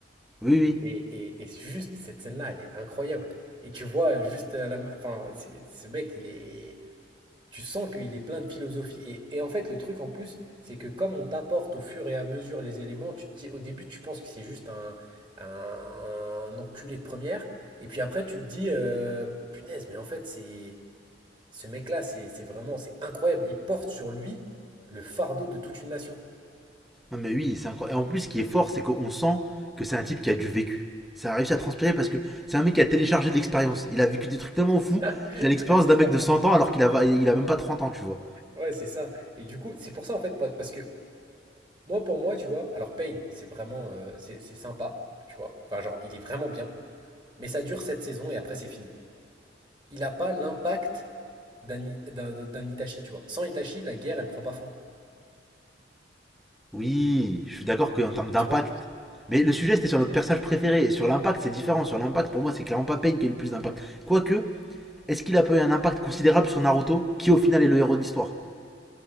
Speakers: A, in the centre; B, on the right.
A: Oui, oui.
B: Et, et, et c'est juste cette scène-là, elle est incroyable. Et tu vois euh, juste à la, ma- enfin, c'est- ce mec, il est, tu sens qu'il est plein de philosophie. Et, et en fait, le truc en plus, c'est que comme on t'apporte au fur et à mesure les éléments, tu te dis- au début, tu penses que c'est juste un, un, un enculé de première. Et puis après, tu te dis, euh, punaise, mais en fait, c'est ce mec-là, c'est c'est vraiment, c'est incroyable. Il porte sur lui le fardeau de toute une nation.
A: Non mais oui, c'est incroyable. Et en plus, ce qui est fort, c'est qu'on sent que c'est un type qui a du vécu. Ça a réussi à transpirer parce que c'est un mec qui a téléchargé de l'expérience. Il a vécu des trucs tellement
B: <laughs>
A: fous
B: Ah, Ouais,
A: qu'il a l'expérience
B: c'est
A: d'un
B: ça.
A: mec de 100 ans alors qu'il a, il a même pas 30 ans, tu vois.
B: Ouais, c'est ça. Et du coup, c'est pour ça, en fait, pa- parce que moi, pour moi, tu vois, alors Pain, c'est vraiment, euh, c'est c'est sympa, tu vois. Enfin, genre, il est vraiment bien, mais ça dure cette saison et après, c'est fini. il n'a pas l'impact d'un I- d'un- d'un Itachi, tu vois. Sans Itachi, la guerre, elle prend pas fin.
A: Oui, je suis d'accord qu'en termes d'impact.
B: Tu vois,
A: Mais le sujet, c'était sur notre personnage préféré. Et sur l'impact, c'est différent. Sur l'impact, pour moi, c'est clairement pas Pain qui a eu le plus d'impact. Quoique, est-ce qu'il a pas eu un impact considérable sur Naruto, qui au final est le héros de l'histoire